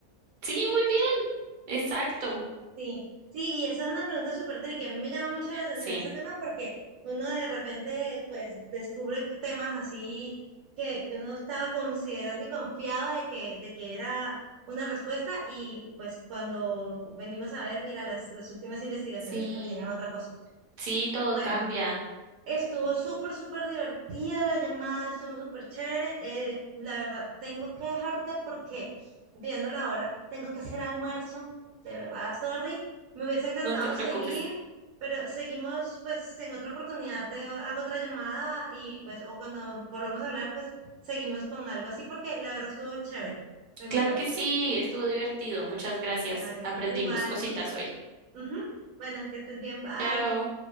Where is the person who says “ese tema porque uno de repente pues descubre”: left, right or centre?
Right